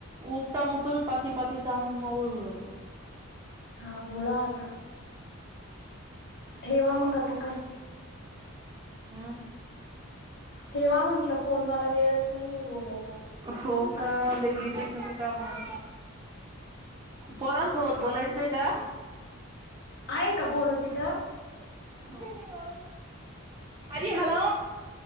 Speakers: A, on the right (about 20°); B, on the left (about 50°).
A: उपता मग तुम्ही पाती पातीचा आम्ही मवळ उळवतो.
B: हा वूळा आता ठेवा मग आता काय
A: हं
B: ठेवा म्हंटल फोन मला वेळच नाहीये बोलायला.
A: हो का? लय बिझी तुम्ही कामात पोरांसोबत बोलाय चे का?
B: आहे का पोर तिथं?
A: हो आजी हॅलो